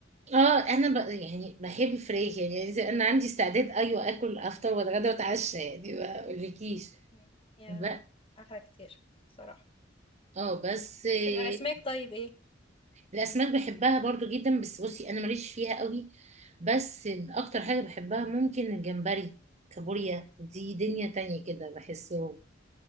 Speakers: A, on the right; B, on the left.
A: <laughs> اه انا ب... يعني بحب الفراخ يعني يعني زي- انا عندي استعداد ايوه اكل افطر واتغدى واتعشى يعني ما اقولكيش
B: مم. يا
A: بقى
B: احلى كتير بصراحة
A: اه بس آه،
B: بس الاسماك طيب ايه
A: الاسماك بحبها برضو جدا بس بصي انا ماليش فيها قوي بس اكتر حاجة بحبها ممكن الجمبري كابوريا دي دنيا
B: مم.
A: تانية كده بحسه